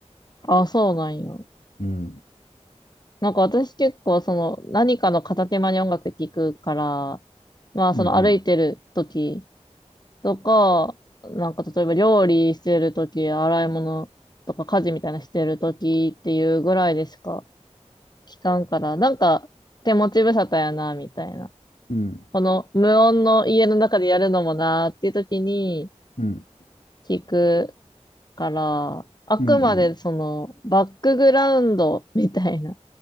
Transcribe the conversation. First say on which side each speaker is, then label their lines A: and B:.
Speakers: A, on the left; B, on the left.
A: あ、そうなんや。
B: うん。
A: なんか私結構その何かの片手間に音楽聴くから、まあその歩いてる時
B: うんうん。
A: とか、なんか例えば料理してる時、洗い物とか家事みたいなしてる時っていうぐらいでしか聞かんから、なんか手持ち無沙汰やな、みたいな。
B: うん。
A: この無音の家の中でやるのもなっていう時に
B: うん。
A: 聞くから、あくまでそのバックグラウンドみたいな。
B: うん。